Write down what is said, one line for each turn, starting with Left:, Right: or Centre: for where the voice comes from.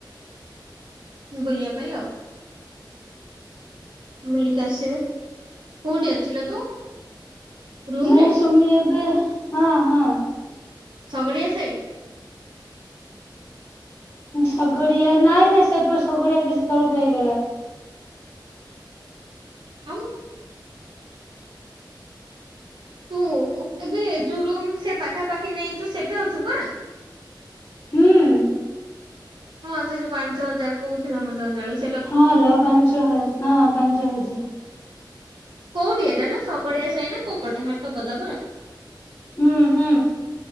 Right: ବୁଲିବା ପାଇଁ ଆଉ। ବୁଲିକି ଆସିବେ କୋଉଠି ଅଛୁ ଲୋ ତୁ? ରୁମ
Left: ମୁଁ
Right: ରେ
Left: ସୁମି ଏବେ ହଁ ହଁ।
Right: ସଗଡି ଆ ସାଇ।
Left: ଶଗଡିଆ ନାଇଁ ନାଇଁ ସେପଟ ଶଗଡିଆ ବେଶ ତଳକୁ ହେଇଗଲା।
Right: ଆଁ ତୁ ଏବେ ଯୋଉ ରୁମ୍ ସେ ପାଖାପାଖି ନେଇଛୁ ସେଠି ଅଛୁ ପରା।
Left: ହୁଁ।
Right: ହଁ ସେ ଯୋଉ ପାଞ୍ଚ ହଜାର କହୁଉଥିଲା ମତେ ଅଞଳ
Left: ହଁ ଲ ପାଞ୍ଚ ହ ହଁ ପାଞ୍ଚ ହଜାର।
Right: କୋଉଠି ଏଟାଲୋ ସଗଡିଆ ସାଇନା କୋଉ ପଟେ ହାଟ ପଦା ପରା।
Left: ହୁଁ ହୁଁ।